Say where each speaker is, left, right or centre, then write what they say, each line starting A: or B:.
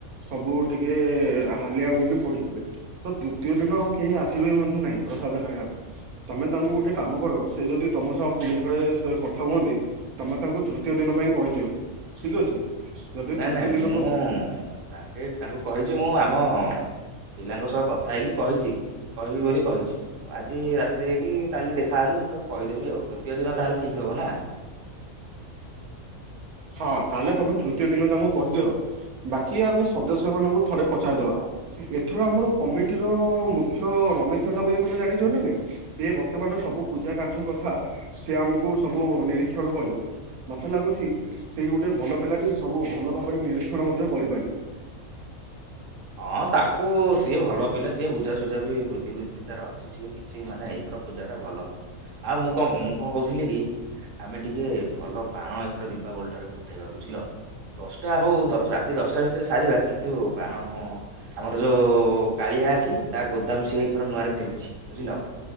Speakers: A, on the right; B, on the right.
A: ସବୁ ଟିକେ ହାଲିଆ ହୋଇକି ପଡ଼ିଥିବେ ତ ତୃତୀୟ ଦିନ ଆଉ କେହି ଆସିବେ ମଧ୍ୟ ନାହିଁ। ପ୍ରସାଦ ଖାଇବା ପାଇଁ ତମେ ତାଙ୍କୁ ଗୋଟେ କାମ କର। ସେ ଯଦି ତମ ସହ ପୁଣିଥରେ ସେ କଥା ହୁଅନ୍ତି ତମେ ତାଙ୍କୁ ତୃତୀୟ ଦିନ ପାଇଁ କହିଦିଅ। ଠିକ୍ ଅଛି। ଯଦି
B: ନାଇଁ
A: ତୃତୀୟ
B: ନାଇଁ
A: ଦିନକୁ
B: ମୁଁ ତାଙ୍କେ ତାଙ୍କୁ କହିଛି ମୁଁ ଆମ ପିଲାଙ୍କ ସହ କଥା ହେଇକି କହିଛି କହିବି ବୋଲି କହିଛି ଆଜି ରାତିରେ ହେଇକି କାଲି ଦେଖାହେଲେ ମୁଁ କହିଦେବି ଆଉ ତୃତୀୟ ଦିନ ତାହେଲେ ଠିକ୍ ହବ ନା?
A: <inaudible> ହଁ ତାହେଲେ ତମେ ତୃତୀୟ ଦିନ ତାଙ୍କୁ କହିଦିଅ ବାକି ଆମେ ସଦସ୍ୟ ମାନଙ୍କୁ ଥରେ ପଚାରିଦବା। ଏଥର ଆମର କମିଟିର ମୁଖ୍ୟ ରମେଶ ହେଲା ବୋଲି ତମେ ଜାଣିଛ ନା ନାଇଁ ସେ ବର୍ତ୍ତମାନ ସବୁ ପୂଜା କାର୍ଯ୍ୟ କଥା, ସେ ଆମକୁ ସବୁ ନିରୀକ୍ଷଣ କରିବ, ମତେ ଲାଗୁଛି ସେଇ ଗୋଟେ ଭଲ ପିଲାଟି ସବୁ ଭଲ ଭାବରେ ନିରୀକ୍ଷଣ ମଧ୍ୟ କରିପାରିବ।
B: ହଁ ତାକୁ ସିଏ ଭଲ ପିଲା ସିଏ ବୁଝାସୁଝା ବି ବୁଧିଶୁଧି ତାର ଅଛି ସିଏ କିଛି ମାନେ ଏଇଥର ପୂଜା ଟା ଭଲ ହବ। ଆଉ ମୁଁ କଣ ମୁଁ କଣ କହୁଥିଲି କି, ଆମେ ଟିକେ ଭଲ ବାଣ ଏଥର ଲଟ ଫୁଟେଇବା ବୁଝିଲ, ଦଶଟା ହଉ ରାତି ଦଶଟା ଭିତରେ ସାରିବା, କିନ୍ତୁ ବାଣ ହଁ ଆମର ଯୋଉ କାଳିଆ ଅଛି ତା ଗୋଦାମ ସି ଏଇଥର ନୂଆରେ ଖୋଲିଛି ବୁଝିଲ।